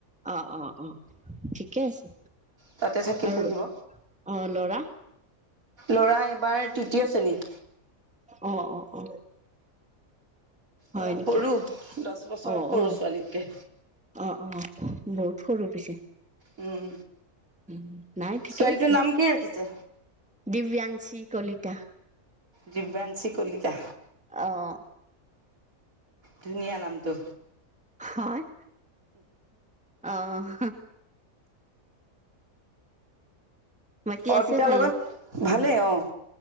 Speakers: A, in the centre; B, on the right (about 80°).
A: অ', অ', অ', ঠিকে আছে
B: তাতে থাকি
A: আৰু
B: পঢ়িব
A: অ', লৰা।
B: ল'ৰা এইবাৰ তৃতীয় শ্ৰেণী।
A: অ', অ', অ'। হয়
B: লৰা
A: নেকি
B: সৰু দছ বছৰৰ
A: অ অ
B: সৰু ছোৱালীতকে।
A: অ', অ', বহুত সৰু পিছে।
B: উম
A: উম নাই ঠিকে
B: ছোৱালীটোৰ
A: আছে।
B: নাম কি ৰাখিছে
A: দিব্যাংশী কলিতা।
B: ডিব্যাংশী কলিতা।
A: অ'।
B: ধুনীয়া নামটো।
A: হয় অহ। বাকী
B: অৰ্পিতাৰ
A: আছে ভালে
B: লগত ভালেই অঁ'।